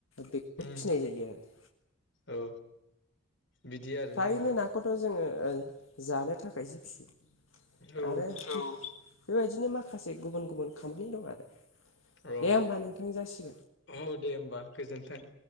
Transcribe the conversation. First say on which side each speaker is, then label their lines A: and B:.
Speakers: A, on the left; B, on the left.
A: बेखौ
B: उम
A: फिसिनाय जायो आरो।
B: औ बिदि आरो
A: फ्रायनो
B: ना होमबा?
A: नाखौथ' जोङो ओ जानो थाखायसो फिसियो।
B: औ
A: आरो बेबायदिनो माखासे गुबुन गुबुन खामानि दं आरो
B: अ
A: दे होमबा नोंथां जासिगोन
B: औ दे होमबा गोजोन्थों <inaudible>